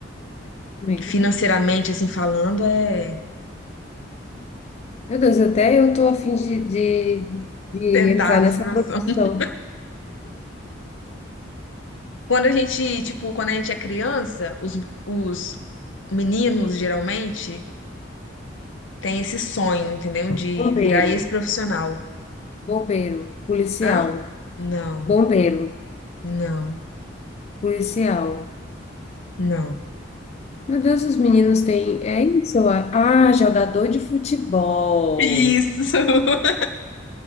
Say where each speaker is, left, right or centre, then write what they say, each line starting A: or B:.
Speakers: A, on the left (about 35°); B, on the left (about 80°).
A: Meu
B: Financeiramente,
A: Deus, gente.
B: assim, falando, é
A: Meu Deus, até eu tô afim de, de, de
B: tentar
A: entrar
B: nessa
A: nessa
B: profissão.
A: profissão.
B: <laughs> Quando a gente, tipo, quando a gente é criança, os, os meninos, geralmente, têm esse sonho, entendeu? De
A: Bombeiro,
B: virar esse profissional.
A: bombeiro, policial,
B: Hã? Não,
A: bombeiro,
B: não,
A: policial.
B: não.
A: Meu Deus, os meninos têm. É isso, eu acho. Ah, jogador de futebol.
B: Isso. <laughs>